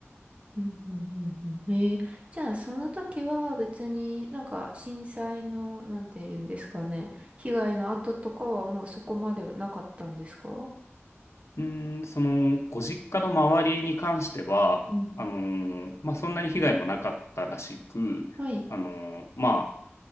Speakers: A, on the right; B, on the left.
A: うんうん、へえー。じゃあ、その時は別になんか震災の、なんて言うんですかね。被害の後とかはもうそこまではなかったんですか
B: うーん、その、ご実家の周りに関しては、
A: うん。
B: あの、まあ、そんなに被害もなかったらしく、
A: はい。
B: あの、ま